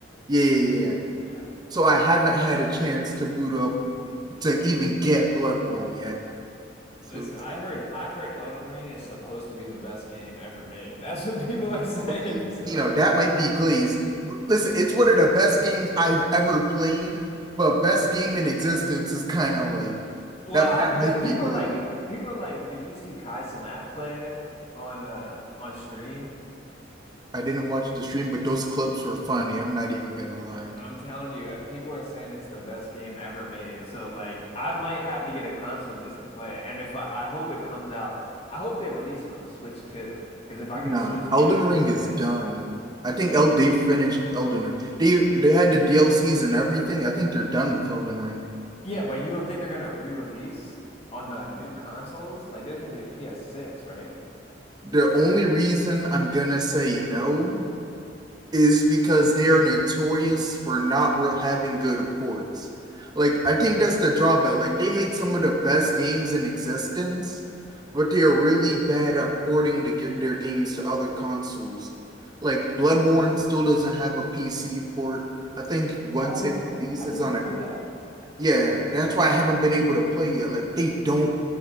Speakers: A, on the right; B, on the left.
A: Yeah, yeah, yeah.
B: Yeah.
A: So I haven't had a chance to boot up to even get Bloodborne yet.
B: Listen,
A: So.
B: I heard I heard Elden Ring is supposed to be the best game ever made. That's what people are <laughs> saying.
A: Okay,
B: So
A: you know, that might be Glaze. But Listen, it's one of the best games I've ever played, but best game in existence is kind of like
B: Well,
A: that
B: I'm
A: that might
B: that people
A: be Glaze.
B: are like people are like, did you see Kai Cenat playing it on uh on stream?
A: I didn't watch the stream, but those clips were funny. I'm not even gonna lie.
B: I'm telling you, uh, people are saying it's the best game ever made. So like I might have to get a console just to play it. And if I, I hope it comes out, I hope they release it on the Switch too. Because if I
A: Nah,
B: get a Switch too,
A: Elden
B: then
A: Ring
B: I can do
A: is
B: that.
A: done. I think El they finished Elden Ring. They they had the DLCs and everything. I think they're done with Elden Ring.
B: Yeah, but you don't think they're gonna re-release on the new consoles? Like there's gonna be a PS6, right?
A: The only reason I'm gonna say no is because they are notorious for not real having good ports. Like I think that's the drawback. Like they make some of the best games in existence, but they are really bad at porting the, ge- their games to other consoles. Like Bloodborne still doesn't have a PC port. I think once
B: Oh,
A: it releases
B: I didn't
A: on a
B: know that.
A: yeah, that's why I haven't been able to play yet. Like they don't,